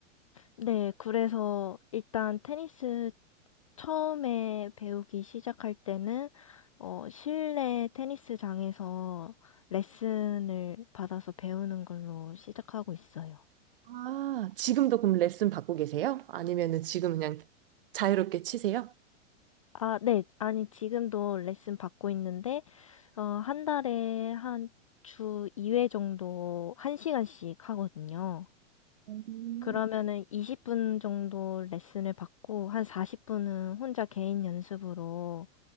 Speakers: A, on the left; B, on the right.
A: 네, 그래서 일단 테니스 처음에 배우기 시작할 때는 어, 실내 테니스장에서 레슨을 받아서 배우는 걸로 시작하고 있어요.
B: 아, 지금도 그럼 레슨 받고 계세요? 아니면은 지금 그냥 자유롭게 치세요?
A: 아, 네. 아니, 지금도 레슨 받고 있는데, 어, 한 달에 한 주 2회 정도 1시간씩 하거든요.
B: 음.
A: 그러면은 20분 정도 레슨을 받고, 한 40분은 혼자 개인 연습으로